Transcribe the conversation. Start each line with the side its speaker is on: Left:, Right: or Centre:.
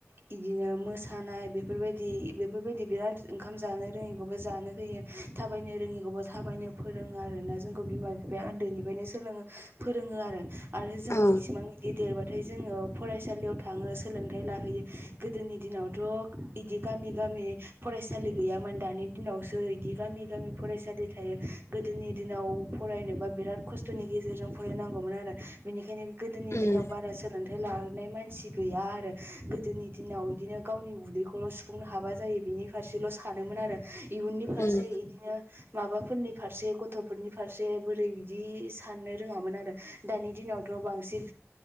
Right: बिदिनो मोसानाय बेफोरबायदि बेफोरबायदि बिराद ओंखाम जानो रोङैखौबो जानो होयो। थाबायनो रोङिखौबो थाबायनो फोरोङो आरोना। जोंखौ बिमा बिफाया उन्दैनिफ्रायनो सोलोङो फोरोङो आरो आरो जों
Left: औ
Right: इसिबां इदि देरबाथाय जोङो फरायसालियाव थाङो सोलोंथाइ लाहैयो गोदोनि दिनावथ' इदि गामि गामि फरायसालि गैयामोन दानि दिनावसो बिदि गामि गामि फरायसालि थायो गोदोनि दिनाव फरायनोबा बिराद खस्थनि गेजेरजों फरायनांगौमोन आरो बेनिखायनो गोदोनि
Left: उम
Right: दिनाव बारा सोलोंथाइ लबोनाय मानसि गैया आरो गोदोनि दिनाव इदिनो गावनि उदैखौल' सुफुंनो हाबा जायो बिनि फारसेल' सानोमोन आरो इयुननि फारसे
Left: उम
Right: इदिनो माबाफोरनि फारसे गथ'फोरनि फारसे बोरै बिदि साननो रोङामोन आरो। दानि दिनावथ बांसिन